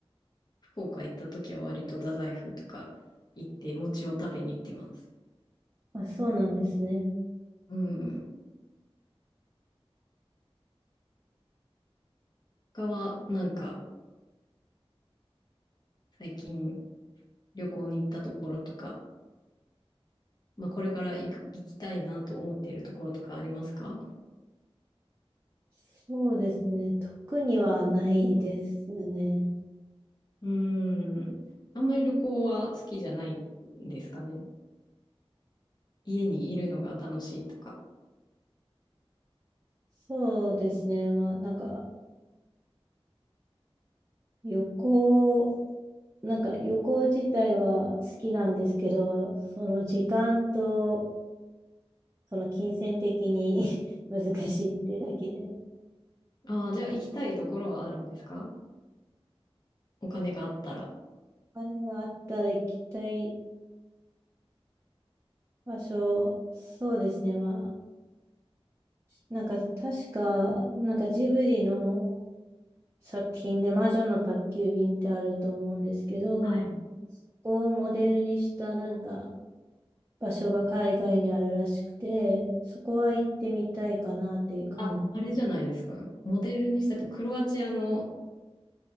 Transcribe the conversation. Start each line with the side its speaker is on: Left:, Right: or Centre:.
Left: 福岡行った時は割と太宰府とか行って餅を食べに行ってます。
Right: あ、そうなんですね。
Left: うん。他は、なんか、最近旅行に行ったところとか、まあ、これから行く、行きたいなと思っているところとかありますか
Right: そうですね。特にはないですね。
Left: うーん。あんまり旅行は好きじゃないんですかね。家にいるのが楽しいとか。
Right: そうですね。まあ、なんか、旅行、なんか旅行自体は好きなんですけど、その時間と、その金銭的に <laughs> 難しいってだけで。
Left: ああ、じゃあ行きたいところはあるんですかお金があったら。
Right: お金があったら行きたい場所、そうですね。まあ、なんか確か、なんかジブリの作品で魔女の宅急便ってあると思うんですけど、
Left: はい。
Right: そこをモデルにしたなんか場所が海外にあるらしくて、そこは行ってみたいかなっていう感じ、
Left: あ、あれじゃないですか。モデルにしたって、クロアチアの、